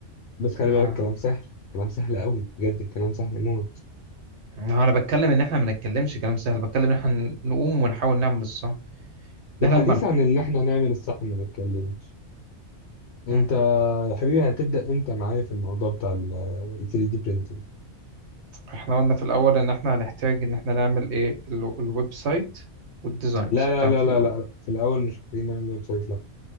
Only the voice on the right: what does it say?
ما
ما انا بتكلم ان احنا ما نتكلمش كلام سهل بتكلم ان احنا نقوم ونحاول نعمل الصح
ده احنا
ما
احنا قلنا في الاول ان احنا هنحتاج ان احنا نعمل ايه ال- الويب سايت والديزاينز
بتاعت
ال...